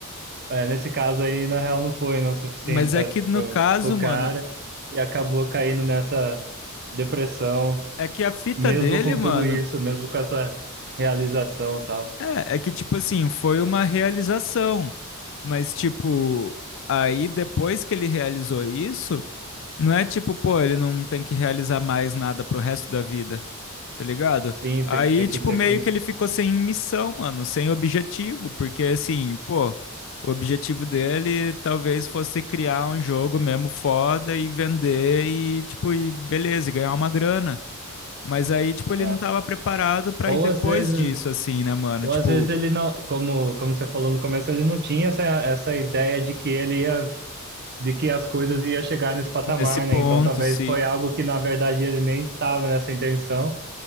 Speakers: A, on the right; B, on the left.
A: é, nesse caso aí, na real, não foi, não é o suficiente
B: Mas
A: para
B: é que no caso,
A: o cara
B: mano,
A: e acabou caindo nessa depressão
B: é que a fita
A: mesmo
B: dele,
A: com
B: mano.
A: tudo isso, mesmo com essa realização e tal.
B: É, é que, tipo assim, foi uma realização. Mas, tipo, aí depois que ele realizou isso, não é tipo, pô, ele não tem que realizar mais nada pro resto da vida. Tá ligado?
A: Sim,
B: Aí,
A: tem, tem
B: tipo,
A: que sempre.
B: meio que ele ficou sem missão, mano, sem objetivo. Porque, assim, pô, o objetivo dele talvez fosse criar um jogo mesmo foda e vender e, tipo, e beleza, e ganhar uma grana. Mas aí, tipo, ele
A: é.
B: não tava preparado pra
A: Ou
B: ir depois
A: às vezes,
B: disso, assim, né, mano?
A: ou
B: Tipo,
A: às vezes ele não, como, como você falou no começo, ele não tinha essa, essa ideia de que ele ia, de que as coisas ia chegar nesse patamar,
B: nesse ponto,
A: né? Então talvez
B: sim.
A: foi algo que na verdade ele nem estava nessa intenção,